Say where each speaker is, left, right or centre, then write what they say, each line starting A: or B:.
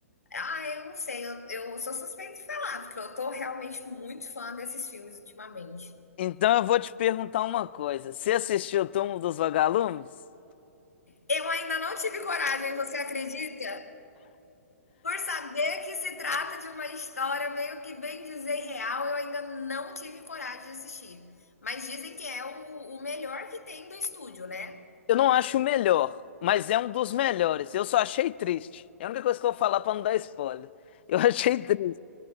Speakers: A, on the left; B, on the left.
A: ah, eu não sei, eu, eu sou suspeita de falar, porque eu tô realmente muito fã desses filmes ultimamente.
B: Então eu vou te perguntar uma coisa. Você assistiu o Túmulo dos Vagalumes?
A: Eu ainda não tive coragem, você acredita? Por saber que se trata de uma história meio que bem dizer real, eu ainda não tive coragem de assistir. Mas dizem que é o, o melhor que tem do estúdio, né?
B: Eu não acho o melhor, mas é um dos melhores. Eu só achei triste. É a única coisa que eu vou falar para não dar spoiler. Eu <laughs> achei triste.